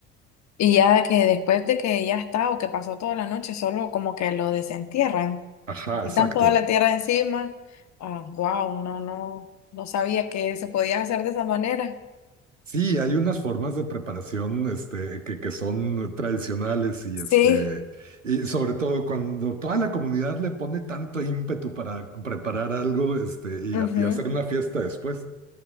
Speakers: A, on the left; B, on the right.
A: Y ya que después de que ya está o que pasó toda la noche, solo como que lo desentierran,
B: Ajá, exacto.
A: quitan toda la tierra de encima. Ah, wow, no, no, no sabía que se podía hacer de esa manera.
B: Sí, hay unas formas de preparación este, que, que son tradicionales y,
A: Sí,
B: este, y sobre todo cuando toda la comunidad le pone tanto ímpetu para preparar algo este, y,
A: ujú,
B: ha- y hacer una fiesta después.